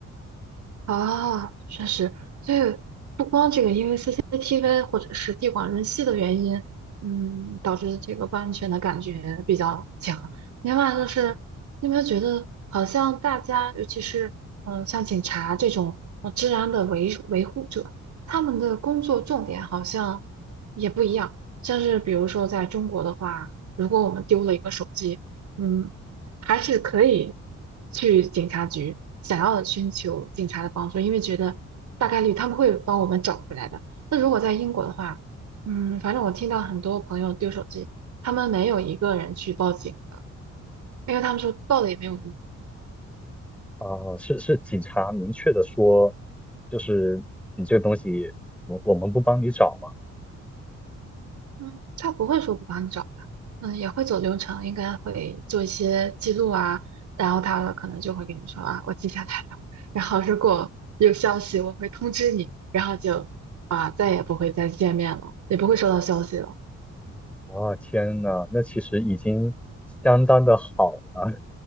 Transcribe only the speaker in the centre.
啊、呃是是警察明确的说，就是你这个东西，我我们不帮你找嘛。
啊、天呐，那其实已经相当的好了。